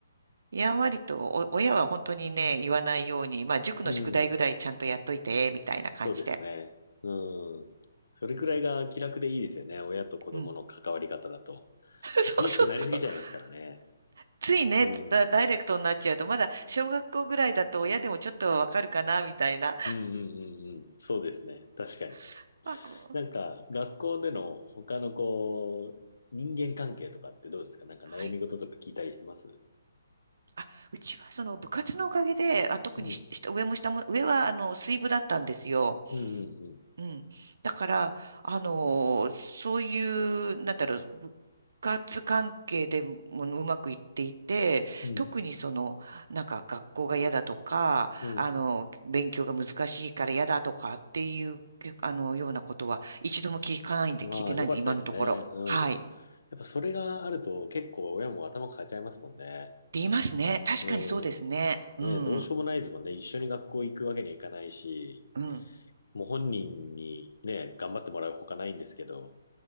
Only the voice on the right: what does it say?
やんわりと、お、親は本当にね、言わないように、まあ、塾の宿題ぐらいちゃんとやっといて、
みたいな感じで。
うん。<laughs> そうそうそう。
<laughs> ついね、
ダ、
ダイレクトになっちゃうと、まだ小学校ぐらいだと親でもちょっとわかるかな、みたいな。
<laughs> まあ、こう、
はい。あ、うちはその部活のおかげで、あ、特にし、
下上も下も、上はあの、水部だったんですよ。
うん。だから、あのーそういう、なんだろう、部活関係でもうまくいっていて、
特にその、なんか学校が嫌だとか、
あの、勉強が難しいから嫌だとかっていう、あの、ようなことは一度も聞かないんで、
聞いてないんで、
今のところ。
はい。っ
て言いますね。確かにそうですね。
うん。
うん。